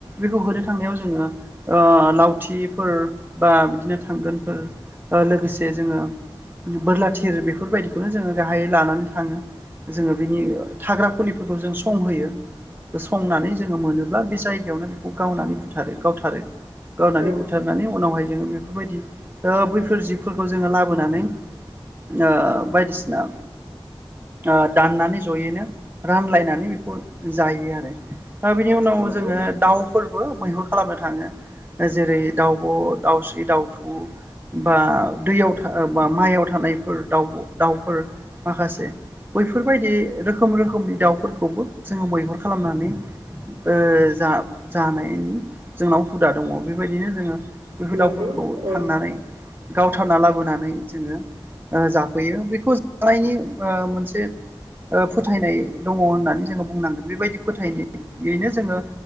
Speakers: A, on the right; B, on the right.
A: बेखौ होनो थांनायाव जोङो ओ लावथिफोर बा बिदिनो थांगोनफोर लोगोसे जोंङो बोरला थिर बेफोरबायदिखौनो जोंङो गाहायै लानानै थाङो जोंङो बिनि थाग्रा खुलिफोरखौ जों संहोयो संनानै जोङो मोनोब्ला बे जायगायावनो बेखौ गावनानै बुथारो गावथारो।
B: औ
A: गावनानै
B: औ
A: बुथारनानै उनावहाय जोङो बेफोरबायदि ओ बैफोर जिबफोरखौ जोङो लाबोनानै ओ बायदिसिना ओ दाननानै जयैनो रानलायनानै बेखौ जायो आरो। हा बिनि उनाव
B: नंगौ
A: जोङो दाउफोरबो मैहुर खालामनो थाङो जेरै दाउब' दाउस्रि दाउथु बा दैयाव था बा माइआव थानायफोर दाउब' दाउफोर माखासे बैफोरबायदि रोखोम रोखोमनि दाउफोरखौबो जोङो मैहुर खालामनानै ओ जा जानाय जोंनाव हुदा दङ बेबायदिनो जोङो बिफोर
B: नंगौ
A: दावउफोरखौ
B: औ
A: थांनानै गावथारना लाबोनानै जोङो ओ जाफैयो बेखौ जानायनि ओ मोनसे ओ फोथायनाय दङ होननानै जोङो बुंनांगोन बेबायदि फोथायनायैनो जोङो